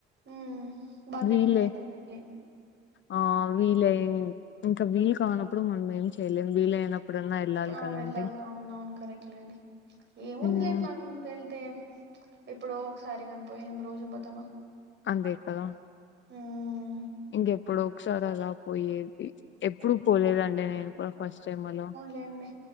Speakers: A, on the right; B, on the left.
A: ఉమ్ బాగా
B: వీళ్ళే
A: జరిగింది అయితే పెళ్లి
B: ఆ వీలయి ఇంకా వీలు కానప్పుడు మనం ఏం చెయలేం వీలై న్నప్పుడన్న వెళ్ళాలి
A: ఆ
B: కదండి
A: వెళ్ళాలి అవునవును కరెక్ట్లేండి ఏముందిలేండి
B: ఉమ్
A: మనం వెళ్తే ఎప్పుడో ఒకసారి కనిపోయిందేమి రోజు పోతామా
B: అంతే కదా
A: ఆమ్
B: ఇంకెప్పుడో ఒకసారి అలా పోయేది ఎప్పుడు పోలేదండి నేను కూడా ఫస్ట్ టైమ్ అలా
A: లేండి